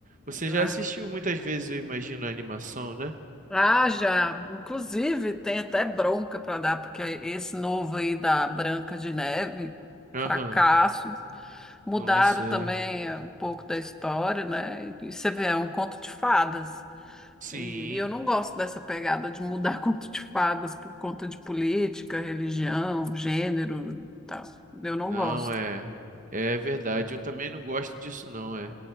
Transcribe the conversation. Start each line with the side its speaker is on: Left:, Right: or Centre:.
Right: Você
Centre: É.
Right: já assistiu muitas vezes, eu imagino, a animação, né?
Centre: Ah, já. Inclusive, tem até bronca para dar, porque esse novo aí da Branca de Neve,
Right: Aham.
Centre: fracasso. Mudaram
Right: Nossa, é.
Centre: também eh, um pouco da história, né? E você vê, é um conto de fadas.
Right: Sim.
Centre: E eu não gosto dessa pegada de mudar <laughs> conto de fadas por conta de política, religião, gênero, e tal. Eu não
Right: Não
Centre: gosto.
Right: é. É verdade, eu também não gosto disso não, é.